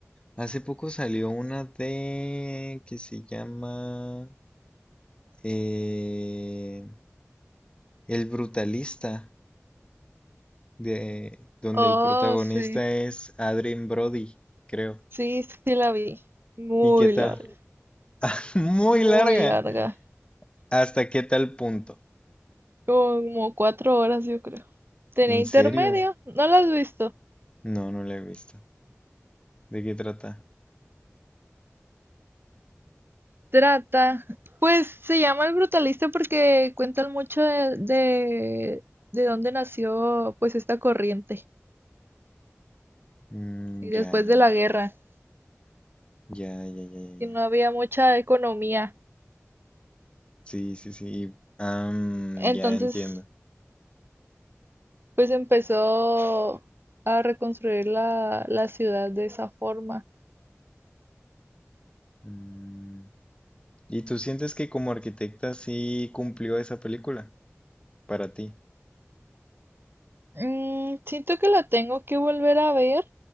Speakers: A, on the left (about 20°); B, on the right (about 50°).
A: Hace poco salió una de... que se llama... eh, El Brutalista, de, donde
B: Oh,
A: el protagonista
B: sí,
A: es Adrien Brody, creo.
B: sí, sí sí la vi. Muy
A: ¿Y qué tal?
B: larga,
A: <laughs> Muy
B: muy
A: larga.
B: larga.
A: ¿Hasta qué tal punto?
B: Como cuatro horas, yo creo. Tenía
A: ¿En
B: intermedio,
A: serio?
B: no la has visto.
A: No, no la he visto. ¿De qué trata?
B: Trata, pues se llama El Brutalista porque cuentan mucho de, de, de dónde nació pues esta corriente,
A: Mm,
B: y después
A: ya, ya,
B: de
A: ya.
B: la guerra,
A: Ya, ya, ya, ya,
B: y
A: ya.
B: no había mucha economía.
A: Sí, sí, sí. Am,
B: Entonces,
A: ya entiendo.
B: pues empezó a reconstruir la, la ciudad de esa forma.
A: Mm, ¿Y tú sientes que como arquitecta sí cumplió esa película para ti?
B: Mm, siento que la tengo que volver a ver